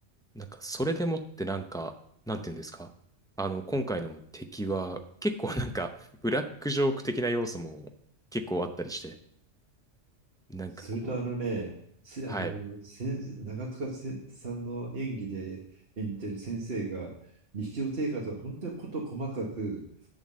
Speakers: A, in the centre; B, on the right.
A: なんか、それでもってなんか、なんていうんですかあの、今回の敵は、結構なんか、<laughs> ブラックジョーク的な要素も結構あったりして、なんかこう、
B: それとあのね、せあの先長塚せさんの演技で演じてる先生が日常生活が本当に事細かく
A: はい。